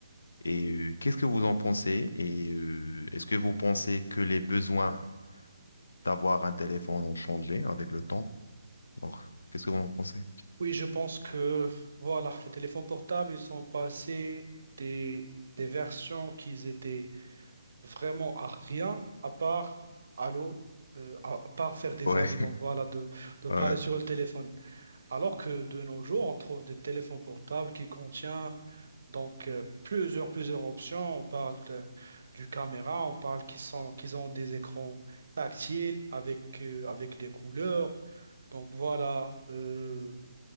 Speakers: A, on the left (about 65°); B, on the right (about 55°).
A: Et euh, qu'est-ce que vous en pensez? Et euh, est-ce que vous pensez que les besoins d'avoir un téléphone ont changé avec le temps? Alors, qu'est-ce que vous en pensez?
B: Oui, je pense que voilà, les téléphones portables, ils sont passés des, des versions qu'ils étaient vraiment à rien, à part allô, euh, à, à part faire des
A: Ouais,
B: allô, donc voilà, de, de parler
A: ouais,
B: sur le téléphone. Alors que de nos jours, on trouve des téléphones portables qui contiennent donc euh, plusieurs, plusieurs options. On parle de- du caméra, on parle qu'ils sont, qu'ils ont des écrans tactiles avec, euh, avec des couleurs. Donc voilà. euh,